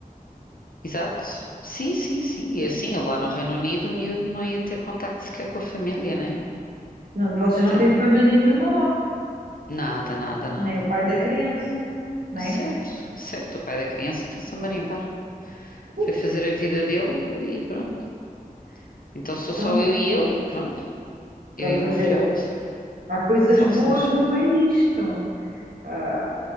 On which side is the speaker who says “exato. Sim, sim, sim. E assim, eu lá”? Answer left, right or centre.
Left